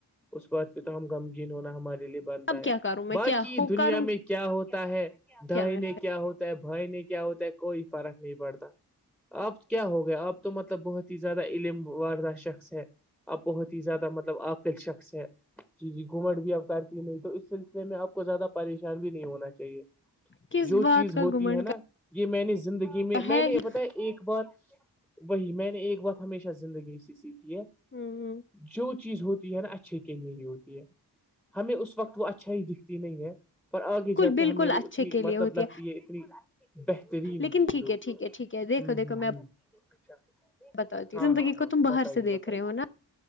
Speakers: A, in the centre; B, on the left.
A: اس بات پہ تو ہم غمگین ہونا ہمارے لیے بنتا
B: اب
A: ہے
B: کیا کروں
A: باقی
B: میں کیا ہو
A: دنیا
B: کروں
A: میں کیا ہوتا ہے
B: کیا
A: دائنے
B: میں
A: کیا ہوتا بھائی نہیں کیا ہوتا ہے کوئی فرق نہیں پڑتا اب کیا ہو گیا آپ تو مطلب بہت ہی زیادہ علم ووردہ شخص ہے اب بہت ہی زیادہ مطلب عقل شخص ہے جی جی گھومٹ بھی اب کرتی نہیں تو اس سلسلے میں آپ کو زیادہ پریشان بھی نہیں ہونا چاہیے
B: کس
A: جو
B: بات
A: چیز
B: کا
A: ہوتی
B: گمنڈ
A: ہے نا یہ میں نے زندگی
B: کر
A: میں
B: ہے
A: میں نے
B: ہی
A: بتا ایک بار وہی میں نے ایک بات ہمیشہ زندگی اسی سی کی ہے
B: بالکل
A: جو چیز ہوتی ہے نا اچھے کے لیے ہی ہوتی ہے ہمیں اس وقت وہ اچھا ہی دکھتی نہیں ہے پر آگے جا
B: بالکل
A: کے ہمیں وہ
B: اچھے
A: اتنی
B: کے لیے
A: مطلب
B: ہوتی
A: لگتی ہے اتنی بہترین
B: لیکن
A: چیز
B: ٹھیک
A: ہوتی
B: ٹھیک
A: ہے
B: ٹھیک دیکھو
A: ہوں
B: دیکھو
A: ہوں
B: میں
A: ہوں اچھا
B: بتاتی
A: ہاں
B: ہوں زندگی
A: ہاں ہاں
B: کو تم باہر
A: بتائیے
B: سے
A: بتائیے
B: دیکھ رہے ہو نا